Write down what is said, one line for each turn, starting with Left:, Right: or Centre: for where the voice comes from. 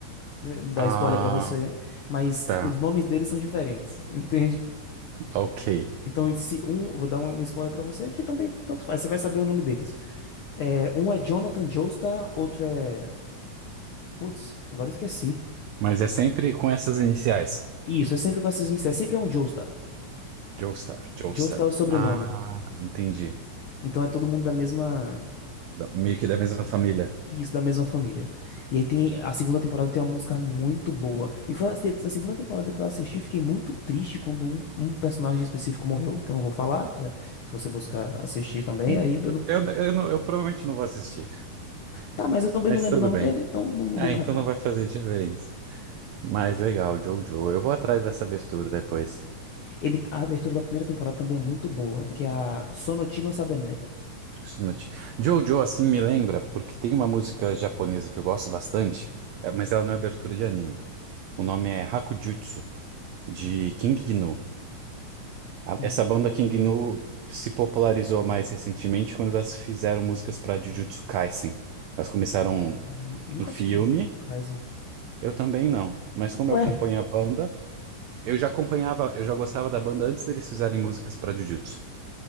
Left: Eh, Dá
Right: Ah,
Left: spoiler pra você, mas
Right: tá.
Left: os nomes deles são diferentes, <laughs> entende?
Right: Ok.
Left: Então, se um, vou dar um, um spoiler pra você, que também tanto faz, você vai saber o nome deles. É, um é Jonathan Joestar, outro é. Putz, agora eu esqueci.
Right: Mas é sempre com essas iniciais.
Left: Isso, é sempre com essas iniciais, sempre é um Joestar.
Right: Joestar, Joestar.
Left: Joestar é o sobrenome.
Right: Ah, entendi.
Left: Então é todo mundo da mesma.
Right: Da- Meio que da mesma família.
Left: Isso, da mesma família. E aí tem. A segunda temporada tem uma música muito boa. E foi a, se- a segunda temporada que eu assisti, fiquei muito triste quando um, um personagem específico morreu, que eu não vou falar. já- se você buscar assistir também,
Right: Hum.
Left: aí eu não.
Right: Eu, eu, não- eu provavelmente não vou assistir,
Left: Tá, mas eu também
Right: mas
Left: não lembro
Right: tudo
Left: o nome
Right: bem.
Left: dele, então não muda
Right: Ah,
Left: nada.
Right: então não vai fazer diferença. Mas legal, Jojo. Eu vou atrás dessa abertura depois.
Left: Ele, a abertura da primeira temporada também é muito boa, que é a Sonochi no Sademe.
Right: Isso não te- Jojo, assim, me lembra, porque tem uma música japonesa que eu gosto bastante, é, mas ela não é abertura de anime. O nome é Hakujutsu, de King Gnu. A-
Left: Hum,
Right: Essa banda King Gnu se popularizou mais recentemente quando elas fizeram músicas para Jujutsu Kaisen. Elas começaram
Left: hum, Nunca
Right: no filme,
Left: assisti Jujutsu Kaisen.
Right: eu também não. Mas como
Left: Ué?
Right: eu acompanho a banda, eu já acompanhava, eu já gostava da banda antes deles fizerem músicas para Jujutsu.